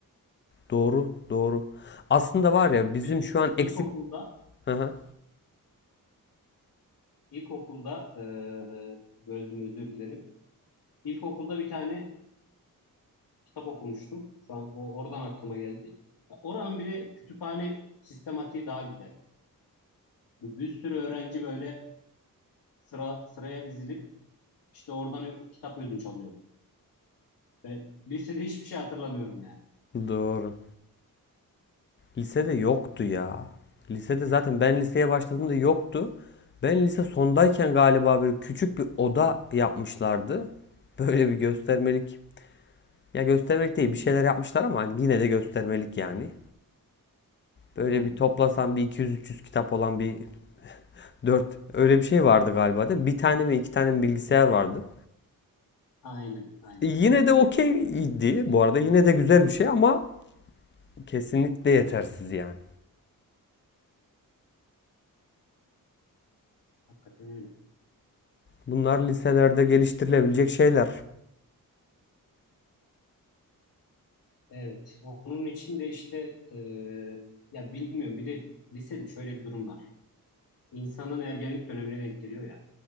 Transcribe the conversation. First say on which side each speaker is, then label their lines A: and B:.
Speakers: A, on the left; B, on the left.
A: Doğru doğru. Aslında
B: Bak
A: var
B: ben,
A: ya bizim
B: ben
A: şu an
B: ilkokulda
A: eksik... Hı hı,
B: İlkokulda eee böldüm özür dilerim. İlkokulda bir tane kitap okumuştum. Şu an o oradan aklıma geldi. Ya oranın bile kütüphane sistematiği daha güzeldi. Bir sürü öğrenci böyle sıra sıraya dizilip işte oradan ö- kitap ödünç alıyordu. Ben lisede hiçbir şey hatırlamıyorum yani.
A: doğru. Lisede yoktu ya. Lisede zaten ben liseye başladığımda yoktu. Ben lise sondayken galiba böyle küçük bir oda yapmışlardı. Böyle bir göstermelik. Ya göstermelik değil bir şeyler yapmışlar ama yine de göstermelik yani. Böyle
B: Hı hı.
A: bir toplasan bir iki yüz üç yüz kitap olan bir dört öyle bir şey vardı galiba değil mi? Bir tane mi iki tane mi bilgisayar vardı.
B: Aynen, aynen.
A: E, yine de okeydi bu arada yine de güzel bir şey ama kesinlikle yetersiz yani.
B: Hakikaten öyle.
A: Bunlar liselerde geliştirilebilecek şeyler.
B: Evet. Onun için de işte eee, ya bilmiyorum. Bir de lisede şöyle bir durum var. İnsanın ergenlik dönemine denk geliyor ya.